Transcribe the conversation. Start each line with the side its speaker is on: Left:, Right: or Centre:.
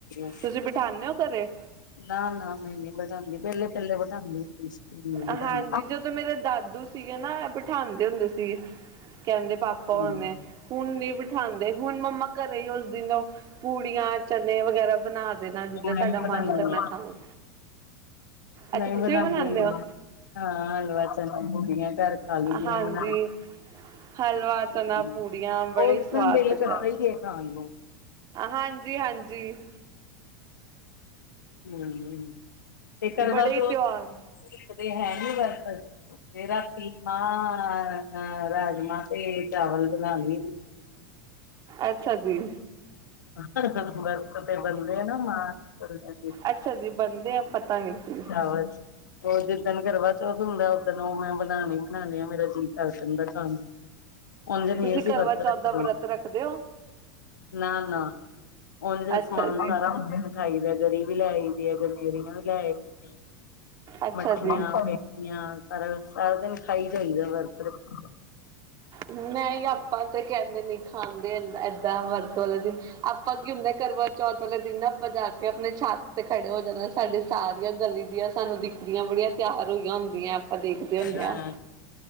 Left: <unintelligible>
Right: ਤੁਸੀਂ ਬਿਠਾਨੇ ਹੋ ਘਰੇ
Left: ਨਾ-ਨਾ ਮੈਂ ਨੀ ਬੇਠਾਂਦੀ ਪੈਲੇ-ਪੈਲੇ ਬੇਠਾਂਦੀ ਹੁੰਦੀ ਸੀ ਹੁਣ ਬਿਠਾਂਦੀ
Right: ਹਾਂਜੀ ਜਦੋਂ ਮੇਰੇ ਦਾਦੂ ਸੀਗੇ ਨਾ ਬੇਠਾਦੇ ਹੁੰਦੇ ਸੀਗੇ, ਕੈਂਦੇ ਪਾ
Left: ਹੂੰ
Right: ਭਵਾਨੇ ਹੁਣ ਨਈ ਬੀਠਾਂਦੇ ਹੁਣ ਮੰਮਾ ਘਰੇ ਈ ਓਸ ਦਿਨ ਪੂੜੀਆਂ ਚਨੇ ਵਗੈਰਾ ਬਣਾ ਨਾਲ ਜੀਦਾਂ
Left: ਮੈਂ
Right: ਸਾਡਾ
Left: ਵੀ
Right: ਮਨ
Left: ਬਣਾਨੀ
Right: ਕਰਨਾ
Left: ਆ
Right: ਖਾਓ, ਅੱਛਾ
Left: ਮੈਂ
Right: ਤੁਸੀਂ
Left: ਬਣਾਉਂਦੀ
Right: ਵੀ ਬਣਾਨੇ
Left: ਹੁੰਦੀ
Right: ਓ?
Left: ਆ ਹਾਂ ਹਲਵਾ, ਚਨਾ, ਪੂਰੀਆਂ ਘਰ ਖਾ ਲਈ ਦੀਆਂ
Right: ਹਾਂਜੀ
Left: ਬਣਾ ਕੇ।
Right: ਹਲਵਾ, ਚਨਾ,
Left: ਹੂੰ
Right: ਪੂਰੀਆਂ ਬੜਾ
Left: ਉਸ
Right: ਈ ਸਵਾਦ
Left: ਦਿਨ ਦਿਲ
Right: ਲਗਦੈ।
Left: ਕਰਦਾ ਹੀ ਹੈ ਖਾਣ ਨੂੰ
Right: ਹਾਂਜੀ ਹਾਂਜੀ।
Left: ਹੂੰ, ਤੇ ਕਰਵਾਚੌਥ
Right: ਬੜੇ ਹੀ ਤਿਉਹਾਰ
Left: ਤੇ ਰੱਖਦੇ ਹੈ ਨੀ ਵਰਤ। ਤੇ ਰਾਤੀ ਮ-ਰਾਜਮਾਂ ਤੇ ਚਾਵਲ ਬਨਾਲੇ
Right: ਅੱਛਾ ਜੀ
Left: <unintelligible> <inaudible> ਤੇ ਬਣਦੇ ਆ ਨਾ ਮਾਹ ਛੋਲੇ।
Right: ਅੱਛਾ ਜੀ ਬਣਦੇ ਆ ਪਤਾ ਨੀ ਸੀ।
Left: ਹੋਰ, ਔਰ ਜਿੱਦਣ ਕਰਵਾ ਚੌਥ ਹੁੰਦਾ ਓਦਨ ਓ ਮੈਂ ਬਣਾਣੇ ਈ ਬਨਾਣੇ ਆ ਮੇਰਾ ਜੀਅ ਕਰ ਜਾਂਦਾ ਖਾਣ ਨੂੰ। ਉੰਝ ਨੀ
Right: ਤੁਸੀਂ
Left: ਅਸੀਂ
Right: ਕਰਵਾਚੌਥ
Left: ਵਰਤ ਰੱਖਦੇ
Right: ਦਾ ਵਰਤ ਰੱਖਦੇ ਓ?
Left: ਨਾ ਨਾ ਉਹਦੇ
Right: ਅੱਛਾ
Left: ਸਮਾਨ
Right: ਜੀ
Left: ਸਾਰਾ <unintelligible> ਖਾਈ ਦਾ ਗਰੀ ਵੀ ਲੈ ਆਈ ਦੀ ਗਨੇਰੀਆਂ ਵੀ ਲੈ ਆਈ ਦੀਆਂ
Right: ਅੱਛਾ
Left: ਮੱਠੀਆਂ
Right: ਜੀ
Left: ਸਾਰਾ ਸਾਰਾ ਦਿਨ ਖਾਈ ਜਾਈਦਾ ਵਰਤ ਰੱਖੋ
Right: ਨਈ, ਆਪਾਂ ਤੇ ਕਹਿੰਦੇ ਨੀ ਖਾਂਦੇ ਏ ਏ ਤਾਂ ਵਰਤ ਵਾਲਾ ਦਿਨ ਆਪਾਂ ਕੀ ਹੁੰਦਾ ਕਰਵਾ ਚੌਥ ਵਾਲੇ ਦਿਨ ਨਾ ਆਪਾਂ ਜਾ ਕੇ ਆਪਣੇ ਛੱਤ ਤੇ ਖੜੇ ਹੋ ਜਾਣਾ ਸਾਡੀ ਸਾਰੀਆਂ ਗਲੀ ਦੀਆਂ ਸਾਨੂੰ ਦਿਖਦੀਆਂ ਬੜੀਆਂ ਤਿਆਰ ਹੋਈਆਂ ਹੁੰਦੀਆਂ। ਆਪਾਂ ਦੇਖਦੇ ਹੁੰਨੇ
Left: ਹਾਂ
Right: ਆ